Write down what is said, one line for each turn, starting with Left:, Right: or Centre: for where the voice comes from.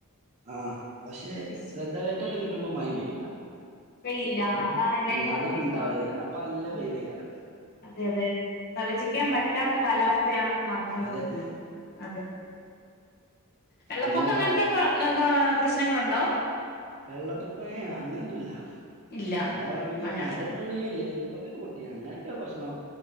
Right: ആഹ് പക്ഷെ
Left: വിശ്
Right: റെഡ് അലേർട്ടാെക്കെ കിട്ട്മ്പം മയിംമ്പെയ്യും ല്ല
Left: മഴയില്ല
Right: ഞ്ഞ്
Left: അതാണ് എല്ലാരും
Right: ഉം അതാണ്
Left: പറഞ്ഞെ ഇപ്പൊ
Right: ണ്ടാവല് അപ്പ അല്ല
Left: അതെ
Right: വെയ്ലെയ്ക്കാരം
Left: അതെ അതെ പ്രവചിക്കാൻ പറ്റാത്ത കാലാവസ് പ്പയാണ്പ്പ വന്നോണ്ട്
Right: അതന്നെ
Left: രിക്ക്ന്നത് അതെ വെള്ളപ്പൊക്ക
Right: ഒന്നും
Left: അങ്ങനത്തെ
Right: പറയാൻ
Left: <unintelligible> പ്രശ്നങ്ങളുണ്ടോ
Right: വെള്ളപ്പൊക്ക ഏ അങ്ങനൊന്നുല്ല
Left: ഇല്ല
Right: ണ്ടാവാണെങ്കി
Left: മഴ
Right: ഒരു മരം വീണ് ലെയി ൻ കമ്പിയൊക്കെ പൊട്ടി അങ്ങനെയൊക്കെ പ്രശ്നോ.